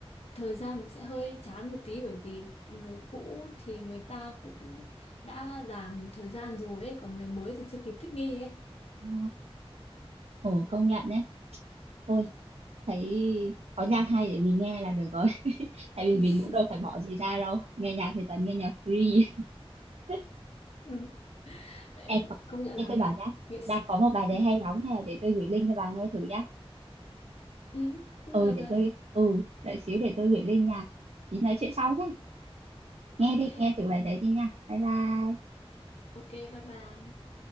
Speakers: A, on the left; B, on the right.
A: thời gian nó sẽ hơi chán một tí bởi vì người cũ thì người ta cũng đã làm một thời gian rồi ấy, còn người mới thì chưa kịp thích nghi ấy
B: Ờ, Ồ công nhận đấy Ôi thấy có nhạc hay để mình nghe là được rồi <laughs> tại vì
A: <laughs>
B: mình cũng đâu phải bỏ gì ra đâu nghe nhạc thì toàn nghe nhạc free <laughs>
A: đúng vậy,
B: em
A: công nhận
B: em
A: là
B: tôi
A: nghệ
B: bảo nhá
A: nghệ sĩ.
B: đang có một bài đấy
A: ừ,
B: hay lắm hè để tôi gửi link cho bà nghe thử nhá
A: Ừ, cũng
B: ừ
A: được
B: để
A: đấy
B: tôi ừ đợi xíu để tôi gửi link nha tí nói chuyện sau nhá nghe
A: ok
B: đi nghe thử bài đấy đi nha bye bye
A: ok bye bye